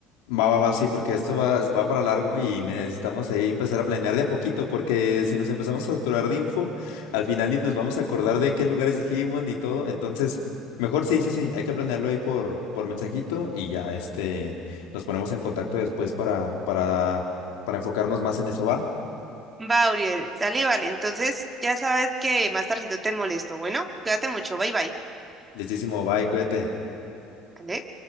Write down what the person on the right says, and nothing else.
Va, Uriel, dale, vale. Entonces, ya sabes que más tardito te molesto. Bueno, cuídate mucho, bye bye.
¿Vale?